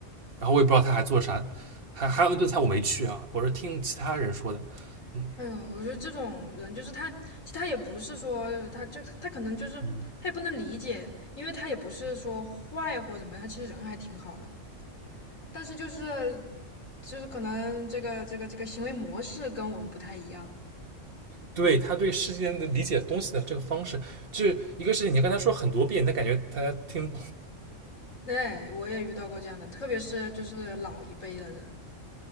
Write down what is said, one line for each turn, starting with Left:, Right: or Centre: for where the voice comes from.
Right: 然后我也不知道他还做啥，还还有那顿菜我没去啊，我是听其他人说的。嗯
Left: 哎呦，我觉得这种人就是他，其实他也不是说他就他可能就是他也不能理解，
Right: 嗯。
Left: 因为他也不是说坏或怎么样，他其实人还挺好的，但是就是就是可能这个这个这个行为模式跟我们不太一样。
Right: 对他对世件的理解东西的这个方式，就是一个事情，你跟他说很多遍，他感觉他听，
Left: 对，我也遇到过这样的，特别是就是老一辈的人。